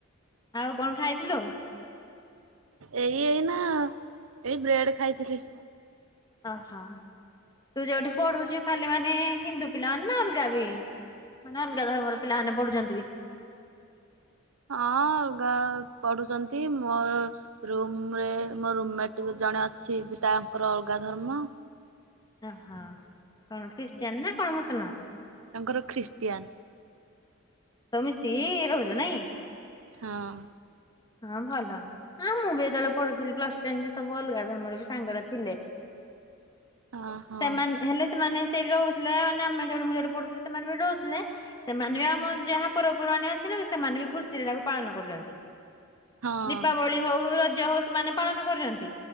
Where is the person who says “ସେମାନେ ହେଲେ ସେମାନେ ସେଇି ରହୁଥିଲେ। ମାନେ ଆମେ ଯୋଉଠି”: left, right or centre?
Left